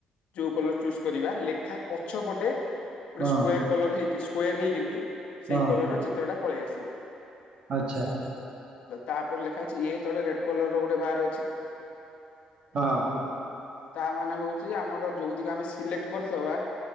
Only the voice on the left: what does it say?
ଯୋଉ କଲର ଚୁଜ୍ କରିବା ଲେଖା ପଛପଟେ ଗୋଟେ
ସ୍କ୍ୱାୱାର୍ କଲର ହେଇକ ସ୍କ୍ୱାୱାର୍ ହେଇକିନି ସେଇ
କଲର୍ର ଚିତ୍ରଟା ପଳେଇ ଆସିବ।
ତା ପରେ ଲେଖା ହେଇଛି ଇଏ ତଳେ ରେଡ୍ କଲର ର ଗୋଟେ ବାର ଅଛି।
ତା ମାନେ ହଉଛି ଆମର ଯୋଉତିକ ଆମେ ସିଲେକ୍ଟ୍ କରିଥିବା